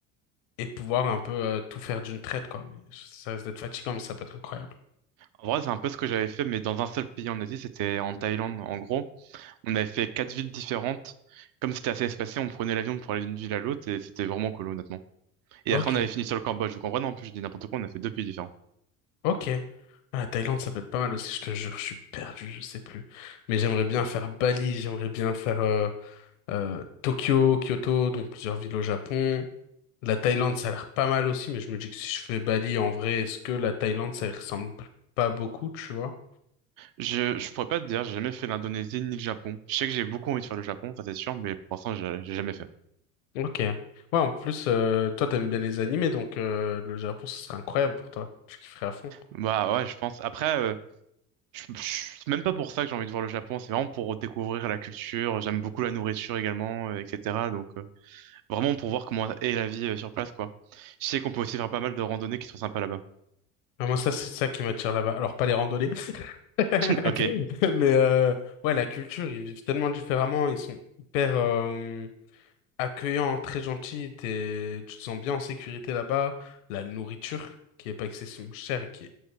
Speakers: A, on the left (about 75°); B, on the right (about 60°).
A: et pouvoir un peu euh, tout faire d'une traite, quoi. Mais ça risque d'être fatigant, mais ça peut être incroyable.
B: En vrai, c'est un peu ce que j'avais fait, mais dans un seul pays en Asie, c'était en Thaïlande, en gros. On avait fait quatre villes différentes. Comme c'était assez espacé, on prenait l'avion pour aller d'une ville à l'autre et c'était vraiment cool, honnêtement. Et
A: Ok,
B: après, on avait fini sur le Cambodge. Vous comprenez? En plus, je dis n'importe quoi, on a fait deux pays différents.
A: ok. Ah, la Thaïlande, ça peut être pas mal aussi, je te jure, je suis perdu, je sais plus. Mais j'aimerais bien faire Bali, j'aimerais bien faire euh, euh, Tokyo, Kyoto, donc plusieurs villes au Japon. La Thaïlande, ça a l'air pas mal aussi, mais je me dis que si je fais Bali, en vrai, est-ce que la Thaïlande, ça y ressemble pas beaucoup, tu vois?
B: Je, je pourrais pas te dire, j'ai jamais fait l'Indonésie ni le Japon. Je sais que j'ai beaucoup envie de faire le Japon, ça c'est sûr, mais pour l'instant, j'ai j'ai jamais fait.
A: Ok. Ouais, en plus, euh, toi, t'aimes bien les animés, donc euh, le Japon, ce serait incroyable pour toi. Tu kifferais à fond.
B: Bah ouais, je pense. Après, euh, Je- je- C'est même pas pour ça que j'ai envie de voir le Japon, c'est vraiment pour découvrir la culture, j'aime beaucoup la nourriture également, euh, etc. Donc euh, vraiment pour voir comment est la vie euh, sur place, quoi. Je sais qu'on peut aussi faire pas mal de randonnées qui sont sympas là-bas.
A: Ah, moi, ça, c'est ça qui m'attire là-bas. Alors, pas les randonnées, <laughs>
B: <laughs> Ok,
A: mais euh, ouais, la culture, ils vivent tellement différemment. Ils sont hyper euh, accueillants, très gentils. T'es, tu te sens bien en sécurité là-bas. La nourriture, qui est pas excessivement chère et qui est